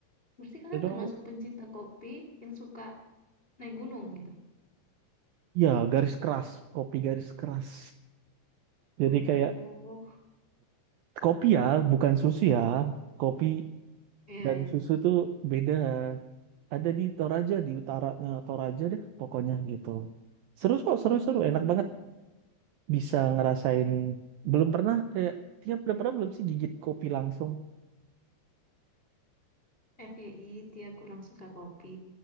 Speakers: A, on the left; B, on the right.
A: Berarti kakak
B: Itu
A: termasuk pencinta kopi yang suka naik gunung gitu?
B: ya garis keras, kopi garis keras. Jadi
A: Aduh.
B: kayak kopi ya, bukan susu ya. Kopi
A: Iya,
B: dan
A: iya.
B: susu tuh beda. Ada di Toraja di utara eh, Toraja deh pokoknya gitu. Seru kok, seru-seru,
A: Hmm.
B: enak banget. bisa ngerasain belum pernah kayak tiap udah pernah belum sih gigit kopi langsung
A: FYI, dia kurang suka kopi.